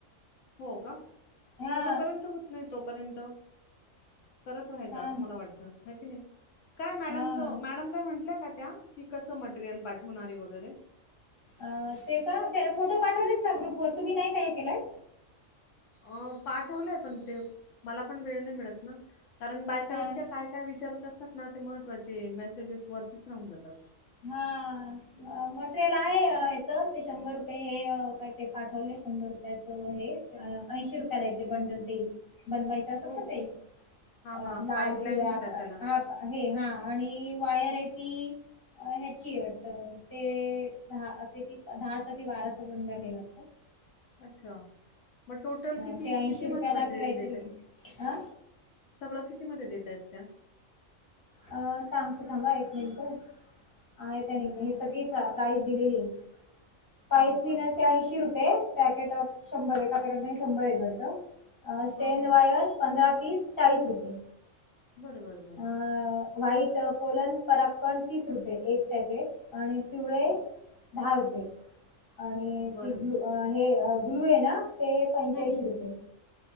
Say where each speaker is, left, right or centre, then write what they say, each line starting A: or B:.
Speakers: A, on the left; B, on the left.
A: हो का
B: हा
A: म जोपर्यंत होत नाही तोपर्यंत करत राहायचं
B: हा
A: असं मला वाटतं की नाही काय मॅडमच
B: हा
A: मॅडम काय म्हंटल्या का त्या की कसं मटेरियल पाठवणारे वगैरे
B: अ ते का त्याल फोटो पाठवलेत ना ग्रुप वर तुम्ही नाही काय काय केलय.
A: अं पाठवलंय पण ते मला पण वेळ नाही मिळत ना. कारण बायकाइतक्या
B: हा
A: काय काय विचारत असतात ना ते महत्वाचे मेसेजेस वरतीच राहून जातात.
B: हां. अ मटेरियल आहे ह्याच ते शंभर रुपये हे काय ते पाठवलंय शंभर रुपयाच हे अ ऐशी रुपयाला एक ते बंडल ते बनवाय. ते असतात
A: हो.
B: ना ते
A: हां,
B: अ
A: हां.
B: लाल
A: पाईपलाईन
B: पिवळ्या
A: म्हणतात त्याला.
B: अ हां हे हां आणि वायर आहे ती अ, ह्याची वाटत ते दहा किती दहाच कि बाराच बंडाल ले वाटत.
A: अच्छा मग टोटल
B: अ,
A: किती
B: ते
A: किती
B: रुपयाला
A: मध्ये मटेरियल
B: की काहीतरी
A: देत आहे.
B: अ,
A: सगळं किती मध्ये देतायत त्या?
B: अ सांगतो थांबा एक नेमकं आहे त्या
A: हं.
B: निम हे सगळे <unintelligible> फाप प्राइस दिलेली आये पाईप
A: हां
B: क्लिनर्स
A: का?
B: चे ऐंशी रुपये. पॅकेट ऑफ शंभर एका पॅकेट म शंभर येत वाटत स्टेन
A: हां, हां.
B: वायर. पंधरा पीस चाळीस रुपये.
A: बर बर बर.
B: अ व्हाईट पोलन पराकण तीस रुपये एक पॅकेट आणि पिवळे
A: ओके.
B: धा रुपये आणि
A: बरं,
B: ती ब्लू
A: बरं.
B: अ हे अ ब्लू आहे ना ते पंचाऐंशी
A: हं, हं.
B: रुपये.